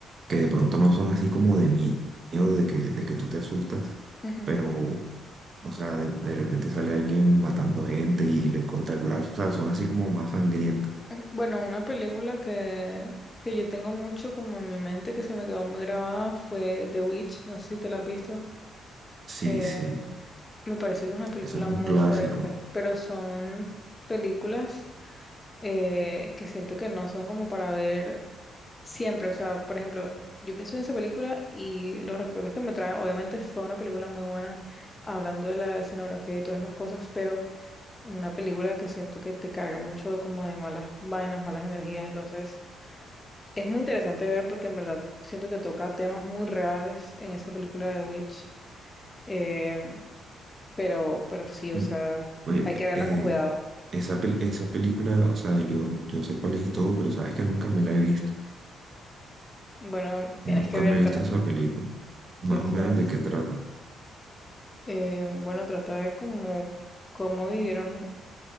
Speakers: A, on the right; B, on the left.
A: que de pronto no son así como de mie- miedo, de que, de que tú te asustas,
B: Ujú.
A: pero, o sea, de, de repente sale alguien matando gente y le corta el brazo, o sea, son así como más sangrientas.
B: Mm, Bueno, una película que, que yo tengo mucho como en mi mente, que se me quedó muy grabada, fue The Witch, no sé si te la has visto.
A: Sí,
B: Eh,
A: sí,
B: me parece que es una película
A: eso es un
B: muy
A: clásico.
B: fuerte, pero son películas eh, que siento que no son como para ver. Siempre, o sea, por ejemplo, yo pienso en esa película y los recuerdos que me trae, obviamente fue una película muy buena, hablando de la escenografía y todas esas cosas, pero una película que siento que te carga mucho de como de malas vainas, malas energías, entonces es muy interesante ver porque en verdad siento que toca temas muy reales en esa película de Witch, eh, pero, pero sí, o
A: Mm.
B: sea,
A: Oye,
B: hay que verla
A: eh,
B: con cuidado.
A: esa, pel- esa película, o sea, yo, yo sé cuál es y todo, pero sabes que nunca me la he visto.
B: Bueno, tienes
A: Nunca
B: que vértela,
A: me he visto esa película. Más
B: tienes
A: o menos
B: que ver.
A: de qué trata.
B: eh, bueno, trata de como cómo vivieron